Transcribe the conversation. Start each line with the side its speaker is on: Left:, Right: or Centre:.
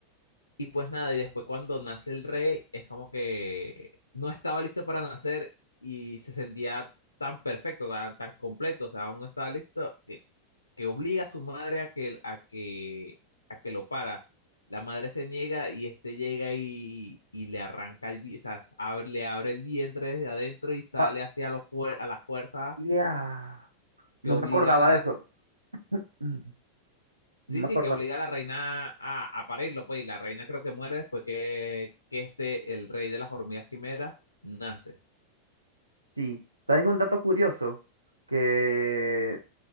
Left: Y pues nada, y después cuando nace el rey, es como que no estaba listo para nacer y se sentía tan perfecto, tan, tan completo, o sea, aún no estaba listo, que, que obliga a su madre a que, a que, a que lo para. La madre se niega y este llega y, y le arranca el, vi- o sea, abre- le abre el vientre desde adentro y sale
Right: Pa-
Left: hacia lo fuer- a la fuerza
Right: ya. No
Left: que obliga
Right: me acordaba
Left: a la,
Right: de eso. Mm, <clears throat> No
Left: Sí,
Right: me
Left: sí,
Right: acordaba.
Left: que obliga a la reina a, a parirlo, pues, y la reina creo que muere después que, que este, el rey de las hormigas quimeras, nace.
Right: Sí. ¿Sabes un dato curioso? Que,